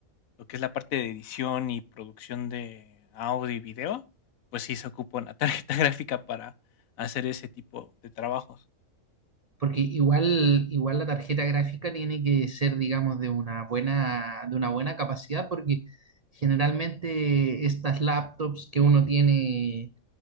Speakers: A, on the left (about 70°); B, on the right (about 75°).
A: lo que es la parte de edición y producción de audio y video, pues sí se ocupa una tarjeta <laughs> gráfica para hacer ese tipo de trabajos.
B: Porque igual, igual la tarjeta gráfica tiene que ser, digamos, de una buena, de una buena capacidad, porque generalmente estas laptops que uno tiene